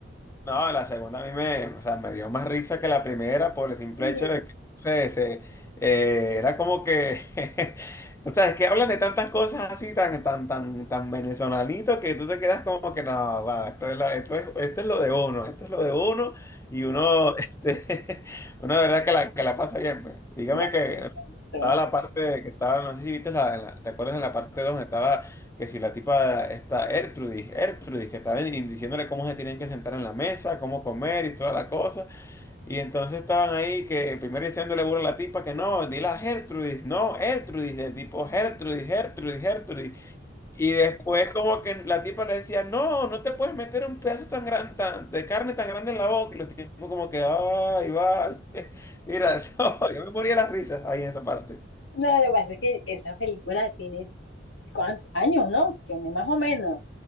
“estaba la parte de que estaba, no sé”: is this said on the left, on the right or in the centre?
Left